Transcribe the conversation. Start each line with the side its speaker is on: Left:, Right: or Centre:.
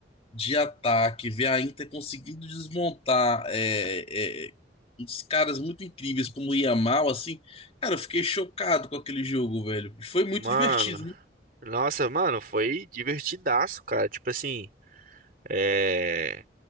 Left: de ataque, ver a Inter conseguindo desmontar é, é, uns caras muito incríveis como o Yamal, assim, cara, eu fiquei chocado com aquele jogo, velho. Foi muito
Right: Mano,
Left: divertido, né?
Right: nossa, mano, foi divertidaço, cara. Tipo assim, é.